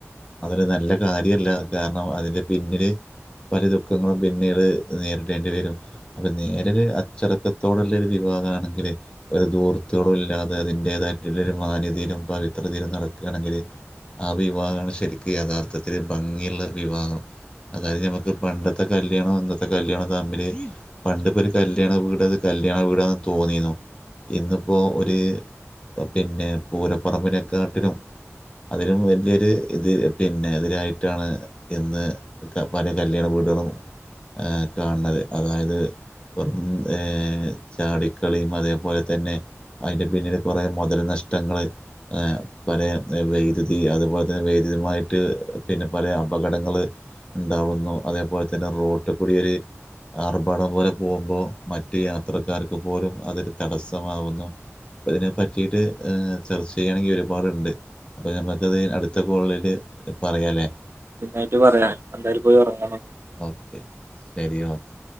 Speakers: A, on the left; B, on the right.
A: അതൊരു നല്ല കാര്യല്ല കാരണം അതിന്റെ പിന്നില് <unintelligible> ദുഃഖങ്ങളും പിന്നീട് നേരിടേണ്ടി വരും അപ്പൊ നേരെ ഒരു അച്ചടക്കത്തോടുള്ള ഒരു വിവാഹമാണെങ്കില് ഒരു ധൂർത്തുകളും ഇല്ലാതെ അതിന്റേതായിട്ടുള്ള ഒരു മാന്യതയിലും പവിത്രതയിലും നടക്കുകയാണെങ്കില് ആ വിവാഹമാണ് ശരിക്കും യഥാർത്ഥത്തിൽ ഭംഗിയുള്ള വിവാഹം അതായത് നമുക്ക് പണ്ടത്തെ ത്തെ കല്യാണവും ഇന്നത്തെ കല്യാണവും തമ്മില് പണ്ടിപ്പോ ഒരു കല്യാണ വീട് അത് കല്യാണ വീടാന്ന് തോന്നിന്നു ഇന്നിപ്പോ ഒരു പിന്നെ പൂരപ്പറമ്പിനെക്കാട്ടിലും അതിലും വലിയൊരു ഇത് പിന്നെ ഇതിനായിട്ടാണ് ഇന്ന് ഒക്കെ പല കല്യാണ വീടുകളും കാണത് അതായത് വെറും ഏ ചാടിക്കളിയും അതേപോലെ തന്നെ അതിന്റെ പിന്നില് കുറേ മൊതൽ നഷ്ടങ്ങള് പല വൈദ്യുതി അതുപോലെ തന്നെ വൈദ്യുതിയുമായിട്ട് പിന്നെ പല അപകടങ്ങള് ഉണ്ടാവുന്നു അതേപോലെ തന്നെ റോഡികൂടിയൊരു ആർഭാടം പോലെ പോകുമ്പോൾ മറ്റ് യാത്രക്കാർക്ക് പോലും അതൊരു തടസ്സമാവുന്നു പ്പൊ ഇതിനെ പറ്റിട്ട് ചർച്ച ചെയ്യുകയാണെങ്കിൽ ഒരുപാടുണ്ട് അപ്പൊ ഞമ്മക്കത് അടുത്ത കോളില് പറയാലേ
B: പിന്നായിട്ട് പറയാൻ എന്തായാലും പോയി ഉറങ്ങണം
A: ഓക്കെ ശരി ഓക്കെ